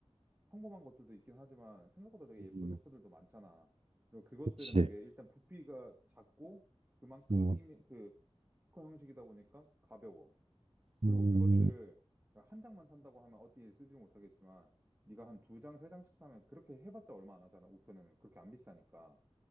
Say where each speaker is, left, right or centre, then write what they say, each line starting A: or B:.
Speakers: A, on the right; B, on the right.
A: 평범한 것들도 있긴 하지만 생각보다 되게
B: 음,
A: 예쁜 호프들도 많잖아. 그리고 그것들은
B: 그치
A: 되게 일단 부피가 작고 그만큼
B: 음,
A: 이미 그 스티커 형식이다 보니까 가벼워.
B: 음,
A: 그리고 그것들을 한 장만 산다고 하면 어디에 쓰지를 못하겠지만 네가 한 두 장, 세 장씩 사면 그렇게 해봤자 얼마 안 하잖아. 우표는 그렇게 안 비싸니까.